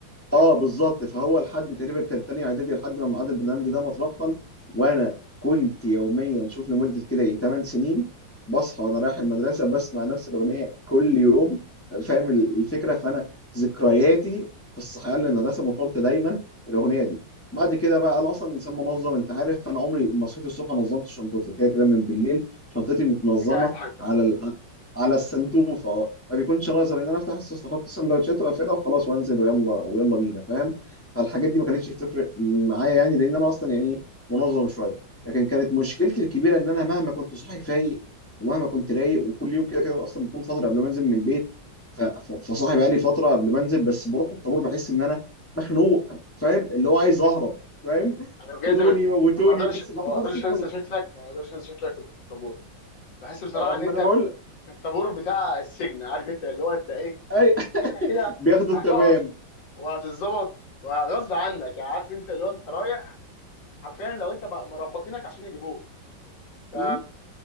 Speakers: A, on the left; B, on the left.
A: اه بالظبط فهو لحد تقريبا كان تاني اعدادي لحد ما ميعاد البرنامج ده ما اترحل وانا كنت يوميا شوف لمده كده ايه 8 سنين بصحى وانا رايح المدرسه بسمع نفس الاغنيه كل يوم فاهم ال- الفكره فانا ذكرياتي في الصحيان للمدرسه مرتبطه دايما بالاغنيه دي بعد كده بقى انا اصلا انسان منظم انت عارف فانا عمري ما صحيت الصبح نظمت شنطتي كده كده من بالليل شنطتي متنظمه
B: نجهز حاجتك
A: على على السنتوفه اه ما بيكونش ناظر ان انا افتح السوست احط السندوتشات واقفلها وخلاص وانزل ويلا ويلا بينا فاهم فالحاجات دي ما كانتش بتفرق معايا يعني لان انا اصلا يعني منظم شويه لكن كانت مشكلتي الكبيره ان انا مهما كنت صاحي فايق ومهما كنت رايق وكل يوم كده كده اصلا بكون فتره قبل ما انزل من البيت ف- ف- فصاحي بقى لي فتره قبل ما انزل بس بروح الطابور بحس ان انا مخنوق فاهم اللي هو عايز اهرب فاهم
B: انا بجد
A: خدوني موتوني
B: ما بقدرش
A: بس
B: ما
A: ما احضرش
B: بقدرش
A: الطابور
B: انسى شكلك ما بقدرش انسى شكلك كنت في الطابور بحس بصراحه
A: أه،
B: ان
A: ما
B: انت
A: انا بقول
B: في في الطابور بتاع السجن عارف انت اللي هو انت ايه
A: اي <laughs>
B: كده كده
A: بياخدوا
B: هتقف
A: تمام
B: وهتتظبط وغصب عنك يعني عارف انت اللي هو انت رايح حرفيا لو انت م- مربطينك عشان يجيبوك ف
A: و-